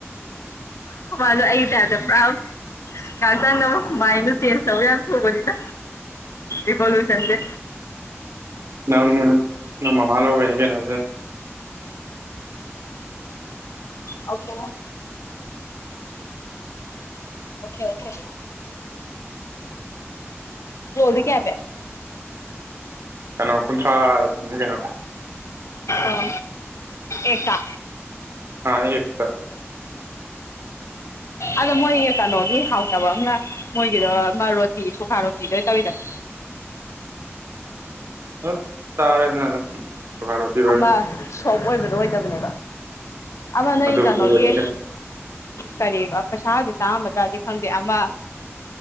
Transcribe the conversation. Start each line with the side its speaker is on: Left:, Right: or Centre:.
Left: ꯈꯣꯢ ꯕꯥꯁꯨ ꯑꯩꯒꯤ ꯇꯥꯏꯞꯇ ꯄꯨꯔꯥ ꯉꯥꯛꯇꯪꯗ ꯃꯥꯏꯟꯗꯨ ꯆꯦꯟꯖ ꯇꯧ ꯌꯥꯝ ꯊꯨꯕꯅꯤꯅ ꯏꯚꯣꯂꯨꯁꯟ ꯁꯦ
Right: ꯅꯪ ꯅꯪ ꯃꯃꯥ ꯂꯧꯕꯩꯅꯤ ꯀꯩꯅꯣ ꯑꯗꯨꯅꯥ
Left: ꯑꯣꯈꯦ ꯑꯣꯈꯦ ꯑꯣꯈꯦ ꯔꯣꯜꯗꯤ ꯀꯌꯥ ꯄꯤ
Right: ꯀꯩꯅꯣ ꯀꯨꯟꯊ꯭ꯔꯥꯅꯤ ꯀꯩꯅꯣ
Left: ꯑꯣ ꯑꯦꯛꯇ
Right: ꯑꯥ ꯏꯌꯦꯛꯇ
Left: ꯑꯗꯣ ꯃꯣꯏ ꯀꯩꯅꯣꯒꯤ ꯍꯥꯎꯇꯕ ꯑꯃꯅ ꯃꯣꯏꯒꯤꯗꯣ ꯑꯃ ꯔꯣꯇꯤ ꯁꯨꯈꯥ ꯔꯣꯇꯤꯗꯨ ꯑꯣꯏ ꯇꯧꯋꯤꯗꯅ
Right: ꯑꯗꯨꯝ ꯆꯥꯔꯦꯗꯅ ꯑꯗꯨꯝ ꯁꯨꯒꯔ ꯔꯣꯇꯤ ꯑꯣꯏꯔꯣ
Left: ꯑꯃ ꯁꯣꯐ ꯑꯣꯏꯕꯗꯣ ꯑꯣꯏꯗꯕꯅꯦꯕ ꯑꯃ ꯅꯣꯏ
Right: ꯑꯗꯨꯕꯨꯗꯤ
Left: ꯀꯩꯅꯣꯒꯤ
Right: ꯑꯣꯏꯔꯣꯏꯗꯣꯏꯅꯤ
Left: ꯀꯔꯤꯕ ꯄꯩꯁꯥꯒꯗꯤ ꯇꯥꯡꯂꯝꯒꯗ꯭ꯔꯥ ꯈꯪꯗꯦ ꯑꯃ